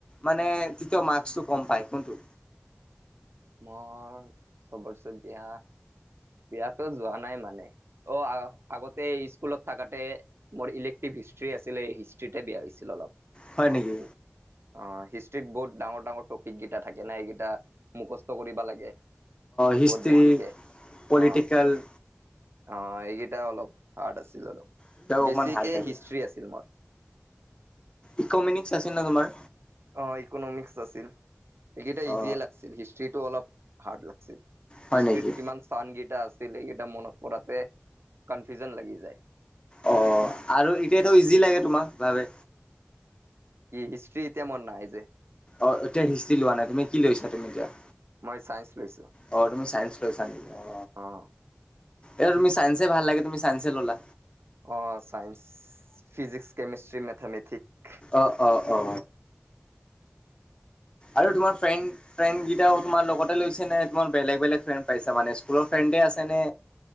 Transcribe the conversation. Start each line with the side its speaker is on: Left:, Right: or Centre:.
Left: মানে তেতিয়া মাৰ্কচটো কম পায় কোনটো?
Right: মই চবৰচে বে, বেয়াতো যোৱা নাই মানে অ আগতে স্কুলত থাকতে, মোৰ ইলেক্টিভ হিষ্ট্ৰি আছিলে হিষ্ট্ৰিতে বেয়া হৈছিল অলপ।
Left: হয়
Right: মাৰ্কটো
Left: নেকি?
Right: অ হিষ্ট্ৰত বহুত ডাঙৰ ডাঙৰ টপিক কেইটা থাকে না, এইকেইটা মুখস্থ কৰিব লাগে।
Left: হিষ্ট্ৰী,
Right: বহুত বেছিকে
Left: পলিটিকেল,
Right: অ অ এইকেইটা অলপ হাৰ্ড আছিল অলপ,
Left: এইবিলাক অকমান
Right: বেছিকে
Left: হাৰ্ড থাকে
Right: হিষ্টষ্ট্ৰি আছিল মোৰ।
Left: ইকমিনিছ আছিল নে তোমাৰ?
Right: অ ইকনমিক্স আছিল। এইকেইটা
Left: অ
Right: ইজিয়ে লাগিছিল হিষ্ট্ৰিটো অলপ হাৰ্ড লাগছিল।
Left: হয়
Right: হিষ্ট্ৰিত
Left: নেকি
Right: কিমান স্থানগেইটা আছে সেইকেইটা মনত কৰাতে কনফিউজন লাগি যায়।
Left: অ আৰু এতিয়াতো ইজি লাগে তোমাক ভাবে
Right: কি হিষ্ট্ৰি এতিয়া মন নাই যে।
Left: অ' এতিয়া হিষ্ট্ৰি লোৱা নাই তুমি, কি লৈছা তুমি এতিয়া?
Right: মই চাইন্স লৈছো।
Left: অ তুমি লৈছা নেকি অ'?
Right: অ'।
Left: এ তুমি চাইন্সে ভাল লাগে তুমি চাইন্সে ল'লা।
Right: অ' চাইন্স ফিজিক্স, কেমিষ্ট্ৰি, মেথমেথিক।
Left: অ'- অ'- অ'। আৰু তোমাৰ ফ্ৰেন্ড ফ্ৰেন্ড কেইটাও তোমাৰ লগতে লৈছে নে? তোমাৰ বেলেগ বেলেগ ফ্ৰেণ্ড পাইছা মানে স্কুলৰ ফ্ৰেন্ড ৱে আছেনে?